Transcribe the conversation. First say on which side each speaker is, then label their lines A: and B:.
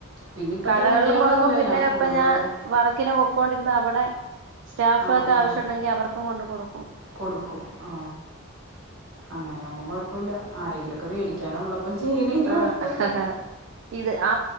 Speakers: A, on the right; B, on the right.
A: പിന്നെ ഇപ്പം
B: കടകളിലും
A: ട്രെൻഡുകളാണല്ലോ
B: കൊടുക്കും പിന്നെ
A: എല്ലാം
B: ഇപ്പൊ
A: ഓരോരോ
B: ഞാൻ വർക്കിന് പൊക്കൊണ്ടിരുന്ന അവിടെ സ്റ്റാഫ്
A: ആ
B: ഒക്കെ
A: ആ
B: ആവശ്യണ്ടെങ്കിൽ അവർക്കും കൊണ്ട് കൊടുക്കും.
A: കൊടുക്കും ആ അങ്ങനെ ആകുമ്പോം കൊഴപ്പമില്ല ആരെങ്കിലുംമൊക്കെ വേടിക്കാനുള്ള പ്പ ചെയ്യണേന്
B: ആഹ്
A: കുഴപ്പോല്ല.
B: ഇത് ആ